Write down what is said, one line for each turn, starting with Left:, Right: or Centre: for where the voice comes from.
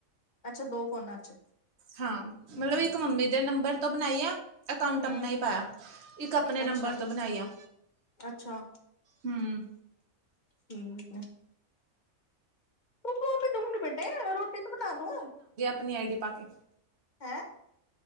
Left: ਅੱਛਾ ਦੋ ਫੋਨਾਂ ਚ
Right: ਹੂੰ। ਮਤਲਬ ਇੱਕ ਮੰਮੀ ਦੇ ਨੰਬਰ ਤੋਂ ਬਣਾਏ ਆ ਅਕਾਊਂਟ
Left: ਹੂੰ
Right: ਅਪਣਾ ਹੀ ਪਾਇਆ, ਇੱਕ ਅਪਣੇ ਨੰਬਰ
Left: ਅੱਛਾ
Right: ਤੋਂ ਬਣਾਈ ਆ।
Left: ਅੱਛਾ
Right: ਹੂੰ।
Left: ਠੀਕ ਏ। ਉਹ ਵੀ ਦੂੰਗੀ ਬੇਟੇ ਰੋਟੀ ਤੋਂ ਬਣਾ ਦੋ
Right: ਅਪਣੀ ਆਈ ਡੀ ਪਾ ਕੇ
Left: ਹੈਂ